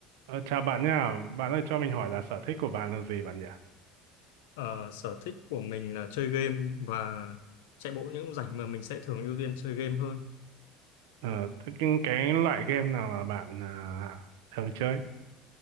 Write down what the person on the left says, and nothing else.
Ờ, sở thích của mình là chơi game và chạy bộ những lúc rảnh mà mình sẽ thường ưu tiên chơi game hơn.